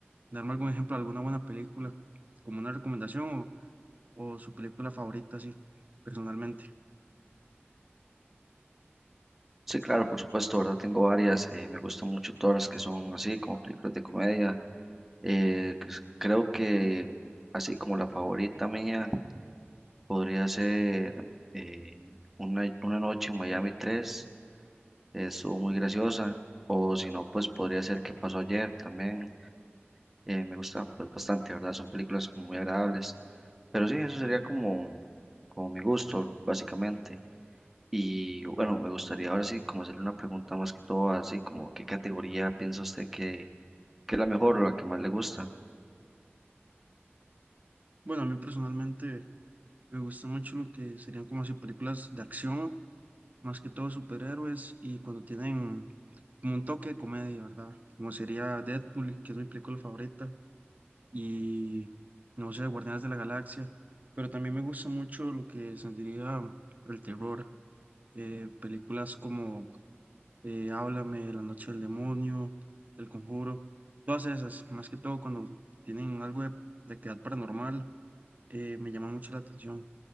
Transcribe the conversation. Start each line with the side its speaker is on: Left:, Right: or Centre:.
Right: darme algún ejemplo de alguna buena película, como una recomendación o, o su película favorita, así, personalmente.
Centre: Sí, claro, por supuesto, ¿verdad? Tengo varias. eh, me gustan mucho todas las que son así, como películas de comedia. eh, cre- creo que así como la favorita mía podría ser eh, una, una noche en Miami 3, eh, estuvo muy graciosa. O si no, pues podría ser que pasó ayer también. eh, me gusta pues bastante, ¿verdad? Son películas como muy agradables. Pero sí, eso sería como, como mi gusto, básicamente. Y bueno, me gustaría ahora sí como hacerle una pregunta más que todo, así como qué categoría piensa usted que, que es la mejor o la que más le gusta.
Right: Bueno, a mí personalmente me gusta mucho lo que serían como así películas de acción, más que todo superhéroes y cuando tienen como un toque de comedia, ¿verdad? Como sería Deadpool, que es mi película favorita, y no sé, Guardianes de la Galaxia, pero también me gusta mucho lo que sentiría el terror eh, películas como eh, Háblame, La Noche del Demonio, El Conjuro, todas esas, más que todo cuando tienen algo de, de actividad paranormal, eh, me llama mucho la atención.